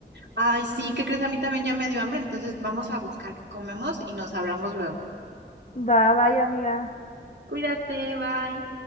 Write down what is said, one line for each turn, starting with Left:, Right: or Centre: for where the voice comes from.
Right: Ay, sí, ¿qué crees? A mí también ya me dio hambre, entonces vamos a buscar qué comemos y nos hablamos luego.
Left: Va, bye, amiga.
Right: Cuídate, bye.